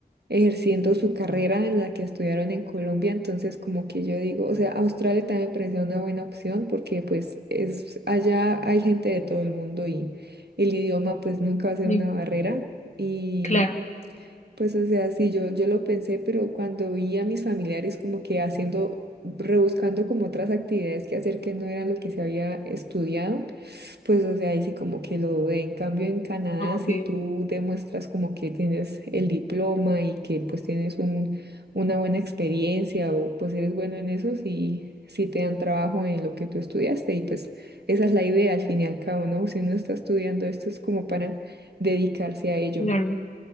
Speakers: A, on the right; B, on the left.
A: ejerciendo su carrera en la que estudiaron en Colombia, entonces como que yo digo, o sea, Australia también me parecía una buena opción porque pues es allá hay gente de todo el mundo y el idioma pues nunca va a ser
B: Sí,
A: una barrera y
B: claro.
A: pues o sea, sí, yo, yo lo pensé, pero cuando vi a mis familiares como que haciendo, rebuscando como otras actividades que hacer que no eran lo que se había estudiado, pues, o sea, ahí sí como que lo dudé. En cambio, en Canadá,
B: ok, ok.
A: si tú demuestras como que tienes el diploma y que pues tienes un, una buena experiencia o pues eres bueno en eso, sí, sí te dan trabajo en lo que tú estudiaste y pues esa es la idea al fin y al cabo, ¿no? Si uno está estudiando esto es como para dedicarse a ello.
B: Claro.